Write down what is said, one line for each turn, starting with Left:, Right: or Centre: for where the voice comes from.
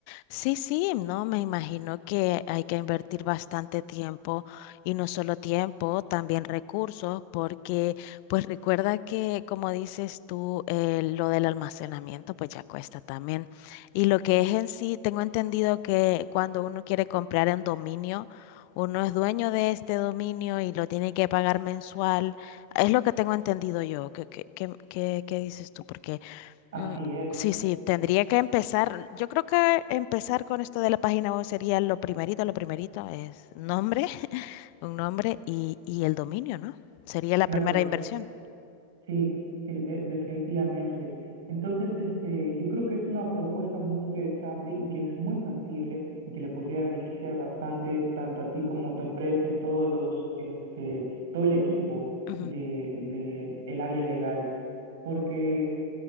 Left: Sí, sí, no, me imagino que hay que invertir bastante tiempo y no solo tiempo, también recursos, porque pues recuerda que como dices tú, eh, lo del almacenamiento pues ya cuesta también. Y lo que es en sí, tengo entendido que cuando uno quiere comprar en dominio, uno es dueño de este dominio y lo tiene que pagar mensual. Es lo que tengo entendido yo. ¿Qué, qué, qué, qué- qué dices tú? Porque...
Right: Así
Left: mm,
Right: es.
Left: Sí, sí, tendría que empezar. Yo creo que empezar con esto de la página web sería lo primerito, lo primerito es nombre, <laughs> un nombre y, y el dominio, ¿no? Sería la
Right: Claro.
Left: primera inversión.
Right: Sí, sí, de- definitivamente. Entonces, este, yo creo que es una propuesta muy interesante y que es muy factible y que le podría beneficiar bastante tanto a ti como a tu empresa y todos los, este, todo el equipo
Left: Ujú,
Right: de, de el área legal. Porque